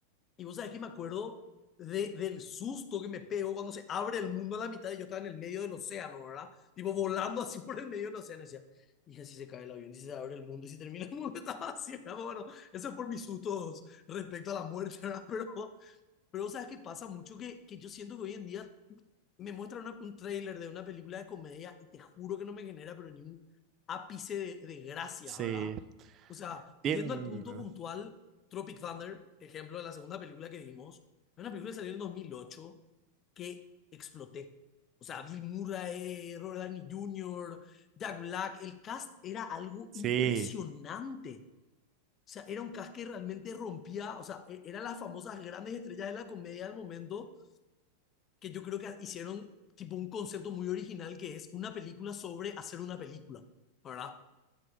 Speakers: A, on the left; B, on the right.
A: Y vos sabés que me acuerdo de, del susto que me pegó cuando se abre el mundo a la mitad y yo estaba en el medio del océano, ¿verdad? Tipo volando así <laughs> por el medio del océano. Y decía, hija, si se cae el avión, si se abre el mundo, y si termina el mundo, <laughs> estaba así, ¿verdad? Bueno, eso es por mis sustos respecto a la muerte, ¿verdad? <laughs> Pero, pero ¿sabes qué pasa mucho? Que, que yo siento que hoy en día me muestra una- un tráiler de una película de comedia y te juro que no me genera, pero ni un ápice de, de gracia,
B: sí.
A: ¿verdad? O sea,
B: Bien,
A: yendo al punto puntual, Tropic Thunder, ejemplo de la segunda película que vimos, es una película que salió en 2008 que exploté. O sea, Bill Murray, Robert Downey Jr., Jack Black, el cast era algo
B: Sí,
A: impresionante. O sea, era un cast que realmente rompía, o sea, e- eran las famosas grandes estrellas de la comedia del momento que yo creo que hicieron tipo un concepto muy original que es una película sobre hacer una película, ¿verdad?